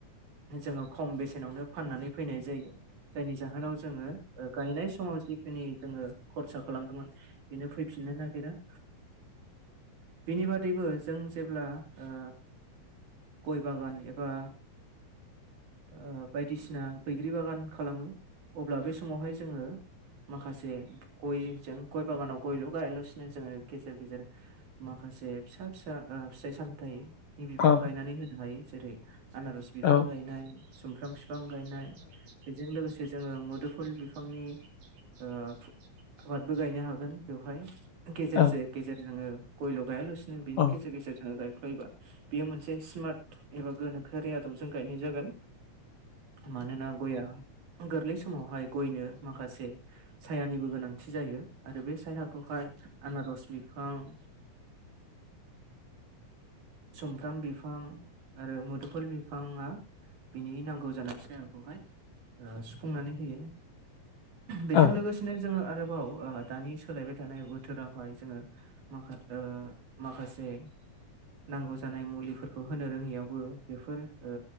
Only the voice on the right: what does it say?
जोङो खम बेसेनावनो फाननानै फैनाय जायो। जायनि जाहोनाव जोङो ओ गायनाय समाव जिखिनि जोङो खरसा खालामदोंमोन बेनो फैफिननो नागेरा बिनि बादैबो जों जेब्ला ओ गय बागान एबा ओ बायदिसिना बैग्रि बागान खालामो अब्ला बे समावहाय जोङो माखासे गयजों गय बागानाव गयल' गायालासिनो जोङो गेजेर गेजेर माखासे फिसा फिसा ओ फिथाइ सामथाइ नि बिफां
गायनानै होनो हायो जेरै आनारस बिफां
गायनाय। सुमफ्राम बिफां गायनाय बेजों लोगोसे जोङो मोदोमफुल बिफांनि। आबादबो गायनो हागोन बेवहाय। गेजेरजों
गेजेर जोङो गयल' गायालासिनो बिनि
गेजेर गेजेर जोङो गायफ्लायोबा बेयो मोनसे स्मार्ट एबा गोनोखोआरि आदबजों गायनाय जागोन। मानोना गयआ गोरलै समावहाय गयनो माखासे सायानिबो गोनांथि जायो आरो बे सायाखौहाय आनारस बिफां ओ सुमफ्राम बिफां आरो मुदुफुल बिफाङा बिनि नांगौ जानाय सायाखौहाय सुफुंनानै होयो बेजों
लोगोसे नो जोङो आरोबाव ओ दानि सोलायबाय थानाय बोथोरावहाय जोङो माखा ओ माखासे नांगौ जानाय मुलिफोरखौ होनो रोङियाव बो बेफोर ओ